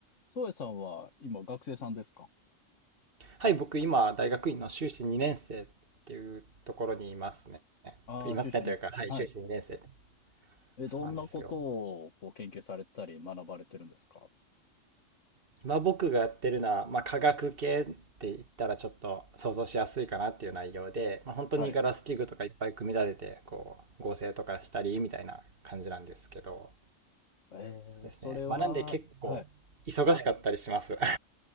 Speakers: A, on the left; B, on the right.
A: 宗谷さんは今学生さんですか
B: はい、僕今、大学院の修士2年生っていうところにいますね。
A: ああー、
B: いますねというか、
A: 修士2世。
B: はい、
A: はい。
B: 修士2年生です。
A: え、
B: そうなんですよ。
A: どんなことをこう研究されたり学ばれてるんですか
B: 今僕がやってるのは、まあ、化学系って言ったらちょっと想像しやすいかなっていう内容で、まあ、本当にガラス器具とかいっぱい組み立てて、
A: はい。
B: こう、合成とかしたりみたいな感じなんですけど、
A: えー、
B: ですね。
A: それは、
B: まあ、なんで結構忙しかったりします。
A: はい。
B: <laughs>